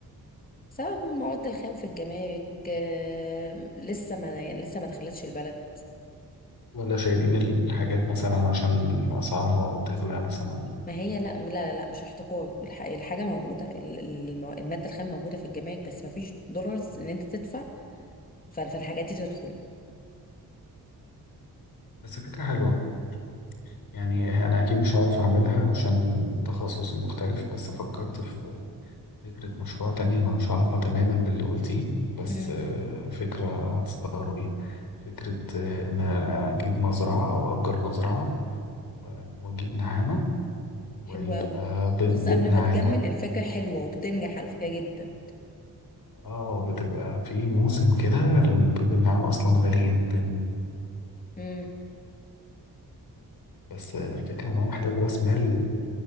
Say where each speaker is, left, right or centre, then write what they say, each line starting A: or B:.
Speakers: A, on the left; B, on the left.
A: بسبب المواد الخام في الجمارك آه، لسه ما يعني لسه ما دخلتش البلد
B: ولا شايلين الحاجات مثلا عشان اسعارها تغلى مثلا
A: ما هي لا لا لا لا، مش احتكار الح- الحاجة موجودة ال- ال- المو- المادة الخام موجودة في الجمارك بس ما فيش دولارز
B: مم.
A: ان انت تدفع ف- فالحاجات دي تدخل
B: بس فكرة حلوة يعني أنا أكيد مش هعرف أعملها عشان تخصصي مختلف بس فكرت في فكرة مشروع تانية ملوش علاقة تماما باللي قلتيه بس
A: امم
B: آه، فكرة هتستغربي فكرة آه، إن أنا أجيب مزرعة أو أجر مزرعة و- وأجيب نعامة ويبقى
A: حلوة قوي
B: بيض
A: بص
B: بيض
A: قبل
B: نعام
A: ما تكمل
B: بقى
A: الفكرة حلوة وبتنجح على فكرة جدا
B: اه بتبقى في موسم كده البيض النعام أصلا غالي جدا
A: امم
B: بس آه، الفكرة إن هو محتاج رأس مال